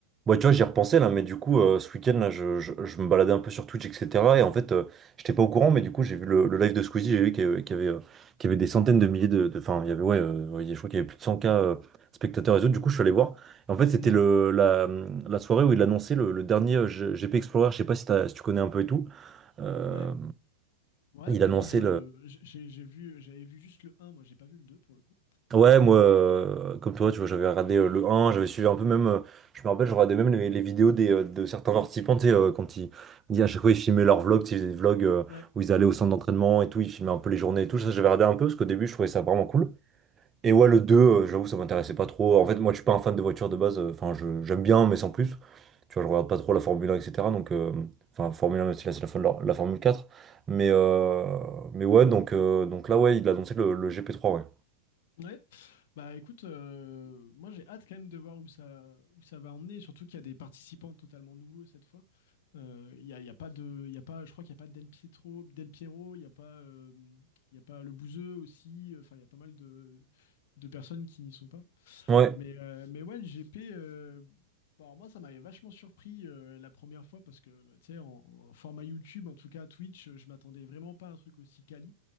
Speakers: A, on the right (about 25°); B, on the left (about 55°).
A: Ouais, tu vois, j'y repensais là, mais du coup, euh, ce week-end, là, je, je, je me baladais un peu sur Twitch, etc. Et en fait, euh, j'étais pas au courant, mais du coup, j'ai vu le, le live de Squeezie, j'ai vu qu'il y avait, qu'il y avait, euh, qu'il y avait des centaines de milliers de. de- Enfin, il y avait, ouais, euh, ouais, je crois qu'il y avait plus de cent k euh, spectateurs et autres. Du coup, je suis allé voir. Et en fait, c'était
B: Mm.
A: le, la, la soirée où il annonçait le, le dernier euh, G- GP Explorer. Je sais pas si, t'as- si tu connais un peu et tout. Euh,
B: Ouais. Ouais,
A: il
B: bah
A: annonçait
B: moi je j'ai j'ai vu j'avais vu juste le un moi j'ai pas vu le 2 pour le coup.
A: Ouais, moi, euh, comme toi, tu vois, j'avais regardé euh, le un j'avais suivi un peu même, euh, je me rappelle, je regardais même les, les vidéos des, euh, de certains participants, tu sais, euh, quand ils, ils- à chaque fois, ils filmaient leurs vlogs, tu sais, ils faisaient des vlogs euh,
B: Ouais.
A: où ils allaient au centre d'entraînement et tout, ils filmaient un peu les journées et tout, ça, j'avais regardé un peu, parce qu'au début, je trouvais ça vraiment cool. Et ouais, le deux euh, j'avoue, ça m'intéressait pas trop. En fait, moi, je suis pas un fan de voitures de base, euh, enfin, je, j'aime bien, mais sans plus. Tu vois, je regarde pas trop la Formule 1, etc. Donc, euh, enfin, Formule 1, même si là, c'est la, fin de la, la Formule quatre Mais, euh, mais ouais, donc, euh, donc là, ouais, il a annoncé le, le gp trois ouais.
B: Ouais. Bah écoute, euh, moi j'ai hâte quand même de voir où ça où ça va emmener, surtout qu'il y a des participants totalement nouveaux cette fois. Euh, Il y a, il y a pas de il y a pas je crois qu'il y a pas Del Pietro, Del Piero, il y a pas euh, il y a pas le Bouzeux aussi, euh, enfin il y a pas mal de de personnes qui n'y sont pas.
A: Ouais.
B: Mais, euh, mais ouais, le GP, euh, bon, alors moi, ça m'avait vachement surpris euh, la première fois parce que, tu sais, en, en format YouTube, en tout cas Twitch, euh, je m'attendais vraiment pas à un truc aussi quali.